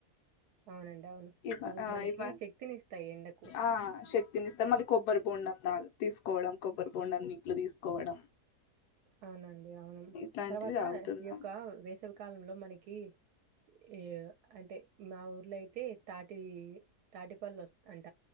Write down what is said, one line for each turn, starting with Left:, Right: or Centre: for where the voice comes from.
Right: అవునండి అవును
Left: ఇవ
Right: అవి
Left: ఆ
Right: మనకి
Left: ఇవ
Right: శక్తిని ఇస్తాయి ఎండకు
Left: ఆ శక్తిని ఇస్తే మళ్ళీ కొబ్బరి బొండం దగా తీసుకోవడం కొబ్బరి బొండం నీళ్లు తీసుకోవడం
Right: అవునండి అవును
Left: ఇట్లాంటివి
Right: తర్వాత
Left: తాగుతున్నాము
Right: ఈ యొక్క వేస కాలంలో మనకి ఏ అంటే మా ఊర్లో అయితే తాటి తాటిపళ్ళు వస్తా